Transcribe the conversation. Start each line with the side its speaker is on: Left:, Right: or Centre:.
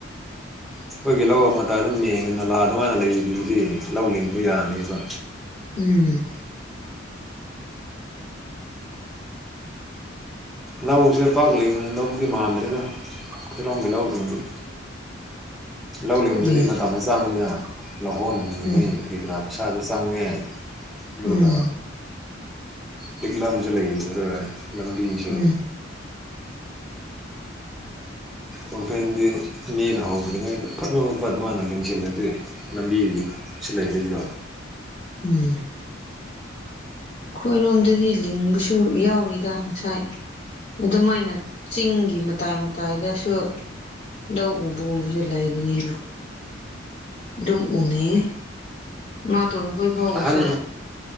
Centre: ꯑꯩꯈꯣꯏꯒꯤ ꯂꯧ ꯑꯃꯥꯏꯗ ꯃꯦꯡ ꯅꯂꯥ ꯑꯗꯨꯃꯥꯏꯅ ꯂꯩꯗꯨꯗꯤ ꯂꯧ ꯂꯤꯡꯕ ꯌꯥꯅꯦꯕ
Left: ꯎꯝ
Centre: ꯂꯧꯁꯦ ꯄꯥꯛꯂꯤꯡꯗꯧꯕꯨꯗꯤ ꯃꯥꯟꯗ꯭ꯔꯦꯗ ꯑꯩꯈꯣꯏꯔꯣꯝꯒꯤ ꯂꯧꯁꯤꯡꯗꯤ ꯂꯧ ꯂꯤꯡꯕꯗꯤ
Left: ꯀꯔꯤ
Centre: ꯃꯇꯝ ꯆꯪꯉꯤꯅ ꯂꯧꯍꯣꯟꯍꯨꯟꯕꯗꯤ
Left: ꯎꯝ
Centre: ꯀꯔꯤ ꯀꯔꯥ ꯄꯩꯁꯥꯗꯨ ꯆꯪꯉꯦ ꯑꯗꯨꯒ
Left: ꯎꯝ
Centre: ꯂꯤꯛꯂꯝꯁꯨ ꯂꯩ ꯈꯔꯒ ꯂꯝꯕꯤꯁꯨ
Left: ꯎꯝ ꯎꯝ
Centre: ꯀꯝꯄꯦꯟꯗꯤ ꯃꯤꯅ ꯍꯧꯗ꯭ꯔꯤꯉꯩꯗ ꯐꯔꯕ ꯑꯗꯨ ꯃꯥꯅ ꯂꯡꯁꯤꯜꯂꯗꯤ ꯂꯝꯕꯤꯒꯤ ꯁꯤ ꯂꯩꯔꯗ꯭ꯔꯣ
Left: ꯎꯝ ꯑꯩꯈꯣꯏꯔꯣꯝꯗꯗꯤ ꯂꯤꯡꯕꯁꯨ ꯌꯥꯎꯔꯤꯗ ꯉꯁꯥꯏ ꯑꯗꯨꯃꯥꯏꯅ ꯆꯤꯡꯒꯤ ꯃꯇꯥꯏ ꯃꯇꯥꯏꯗꯁꯨ ꯂꯧ ꯎꯕꯒꯨꯝꯕꯁꯦ ꯂꯥꯏꯕꯅꯤꯅ ꯑꯗꯨꯝ ꯎꯅꯩꯌꯦ ꯃꯥꯇꯣꯟꯅ ꯀꯣꯏꯕ ꯑꯣꯏꯁꯨ
Centre: ꯑꯍꯟ